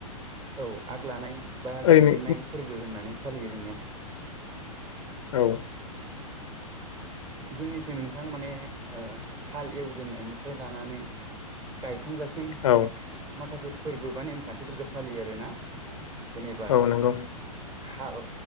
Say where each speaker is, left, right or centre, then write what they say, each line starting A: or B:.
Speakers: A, on the right; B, on the left.
A: औ आग लानाय बा
B: ओरैनो
A: गायजेनन्नाय फोरबो होननानै फालियो जोंनिया
B: औ
A: जोंनिथिं नोंथां माने ओ हाल एवजेननायनिफ्राय लानानै गाय खांजासिम
B: औ
A: माखासे फोरबो बा नेमखान्थिफोरखौ फालियो आरोना जेनेबा
B: औ नोंगौ
A: हाल